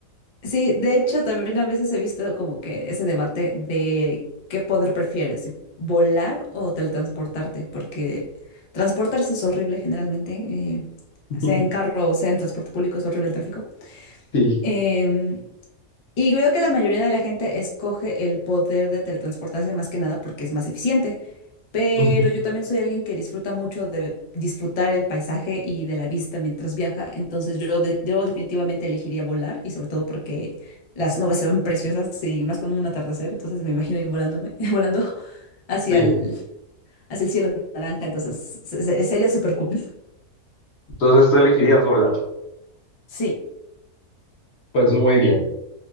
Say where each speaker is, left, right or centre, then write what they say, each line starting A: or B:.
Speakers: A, on the left; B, on the left.
A: sí, de hecho también a veces he visto como que ese debate de qué poder prefieres, si volar o teletransportarte, porque transportarse es horrible generalmente, eh,
B: <laughs>
A: sea en carro o sea en transporte público es horrible el tráfico.
B: Sí,
A: Em, Y veo que la mayoría de la gente escoge el poder de teletransportarse más que nada porque es más eficiente. Pero
B: ujú,
A: yo también soy alguien que disfruta mucho de disfrutar el paisaje y de la vista mientras viaja. Entonces yo, de- yo definitivamente elegiría volar y sobre todo porque las nubes se ven preciosas y más con un atardecer. Entonces me imagino ir volándome, <laughs> volando hacia
B: sí.
A: el, hacia el cielo naranja. Entonces se- se- sería súper cool.
B: Entonces tú elegirías volar.
A: Sí.
B: Pues muy bien.